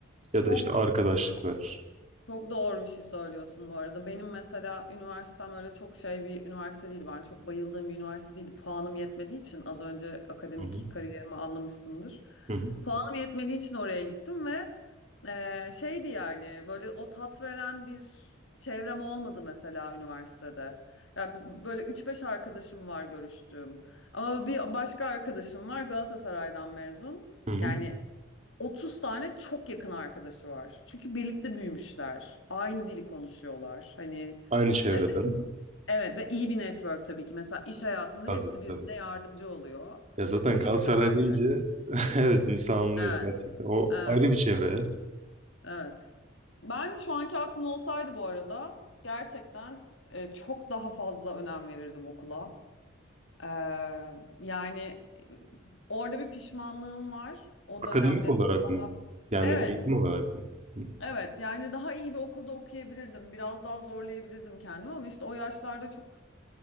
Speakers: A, on the right; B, on the left.
A: ya
B: çok
A: da işte arkadaşlıklar.
B: Çok doğru bir şey söylüyorsun bu arada. Benim mesela üniversitem öyle çok şey bir üniversite değildi. Ben çok bayıldığım bir üniversite değildi. Puanım yetmediği için az önce akademik
A: Hı hı.
B: kariyerimi anlamışsındır.
A: Hı hı.
B: Puanım yetmediği için oraya gittim ve eee, şeydi yani böyle o tat veren bir çevrem olmadı mesela üniversitede. Ya böyle üç beş arkadaşım var görüştüğüm. Ama bir başka arkadaşım var Galatasaray'dan mezun.
A: Hı hı.
B: Yani 30 tane çok yakın arkadaşı var. Çünkü birlikte büyümüşler. Aynı dili konuşuyorlar. Hani
A: Aynı çevreden.
B: e, evet ve iyi bir network tabii ki. Mesela iş hayatında
A: Tabii
B: hepsi birbirine
A: tabii.
B: yardımcı oluyor.
A: Ya zaten
B: O çok
A: Galatasaray
B: önemli.
A: deyince <laughs> evet insan anlıyor
B: Evet.
A: gerçekten. O
B: Evet.
A: ayrı bir çevre ya.
B: Evet. Ben şu anki aklım olsaydı bu arada gerçekten e, çok daha fazla önem verirdim okula. Ee, yani e, orada bir pişmanlığım var. O
A: Akademik
B: dönemlerim
A: olarak mı?
B: daha
A: Yani
B: Evet,
A: eğitim olarak mı? Hı.
B: Evet yani daha iyi bir okulda okuyabilirdim. Biraz daha zorlayabilirdim kendimi ama işte o yaşlarda çok